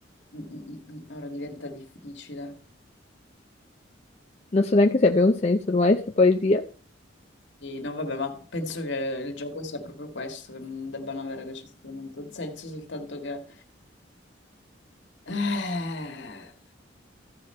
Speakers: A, on the left; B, on the left.
A: mm, mm, mm, ora diventa difficile.
B: Non so neanche se abbia un senso ormai questa poesia. Lo
A: Sì, no, vabbè, ma penso che il gioco sia proprio questo, che non debbano avere necessariamente un senso, soltanto che... Eh,